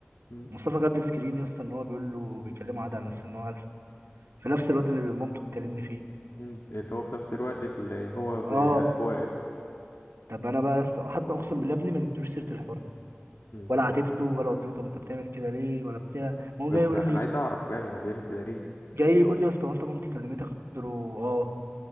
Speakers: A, on the left; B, on the right.
A: مم.
B: مصطفى جاب لي سكرين يا اسطى ان هو بيقول له بيكلمه عادي على اساس ان هو الف في نفس الوقت اللي مامته بتكلمني فيه
A: مم. اللي هو في نفس الوقت اللي هو بقلبه
B: اه
A: واقف
B: طب انا بقى يا اسطى حتى اقسم بالله ابني ما جبتلوش سيره الحوار ده
A: مم.
B: ولا عاتبته ولا قلت له طب انت بتعمل كده ليه ولا بتاع ما هو
A: بس
B: جاي يقول
A: انا
B: لي
A: عايز اعرف فعلا هو بيعمل كده ليه
B: جاي يقول لي يا اسطى هو انت مامتي كلمتك قلت له اه